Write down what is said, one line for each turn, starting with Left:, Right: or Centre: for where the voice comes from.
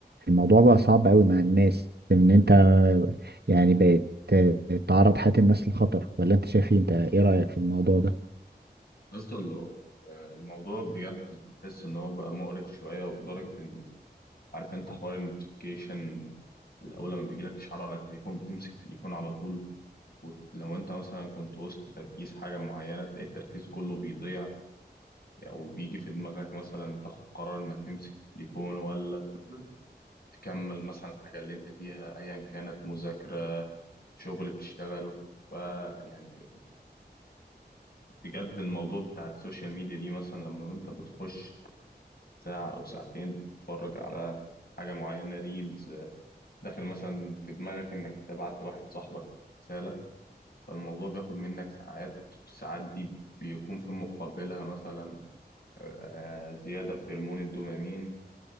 Right: الموضوع بقى صعب قوي مع الناس ان انت يعني بقيت تعرض حياة الناس للخطر ولا انت شايف ايه انت ايه رأيك في الموضوع ده
Left: اصلا لو- آه، الموضوع بجد تحس ان هو بقى مقرف شوية ولدرجة ان عارف انت حوار النوتيفيكيشن الاول لما بيجي لك اشعار على التليفون بتمسك التليفون على طول ولو انت مثلا كنت وسط تركيز حاجة معينة تلاقي التركيز كله بيضيع او بيجي في دماغك مثلا تاخد قرار انك تمسك التليفون ولا تكمل مثلا الحاجة اللي انت فيها ايا كانت مذاكرة شغل بتشتغله فيعني بجد الموضوع بتاع السوشيال ميديا دي مثلا لما انت بتخش ساعة او ساعتين تتفرج على حاجة معينة ريلز داخل مثلا في دماغك انك تبعت لواحد صاحبك رسالة فالموضوع بياخد منك ساعات والساعات دي بيكون في مقابلها مثلا آه، زيادة في هرمون الدوبامين